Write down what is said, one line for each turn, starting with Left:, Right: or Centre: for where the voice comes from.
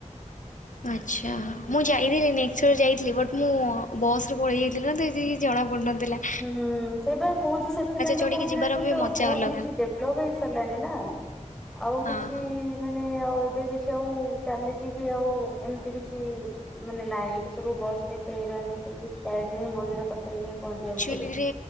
Left: ଆଚ୍ଛା ମୁଁ ଯାଇଥିଲି ନେକ୍ ଚର୍ ଯାଇଥିଲି ବଟ୍ ମୁଁ ବସ୍ ରେ ପଳେଇ ଯାଇଥିଲି ତ ଏତେ କିଛି ଜଣା ପଡ଼ୁ ନ ଥିଲା।
Centre: ହୁଁ ସେଇଟା କହୁଛି ସେଥିପାଇଁ ତ
Left: ଚଢ଼ିକି
Centre: କହୁଛି
Left: ଯିବାର
Centre: ନା ସେ
Left: ବି
Centre: ତ
Left: ମଜା
Centre: ବହୁତ
Left: ଅଲଗା
Centre: କିଛି ଡେଭ୍ଲପ ହୋଇ ସାରିଲାଣି ନା। ଆଉ
Left: ହଁ
Centre: କିଛି
Left: ହଁ
Centre: ମାନେ ଆଉ ଏବେ କିଛି ଆଉ ଚାଲିକି ବି ଆଉ ଏମିତି କିଛି ମାନେ ନାଇଁ ଏବେ ସବୁ ବସ୍ ବି ଚାଲିଲାଣି ସବୁ କିଛି ଗାଡି ନେଇ ମନ୍ଦିର ପାଖରେ ଯାଇ ପହଞ୍ଚିଯାଉଛୁ।
Left: ଦିଲ୍ଲୀ ରେ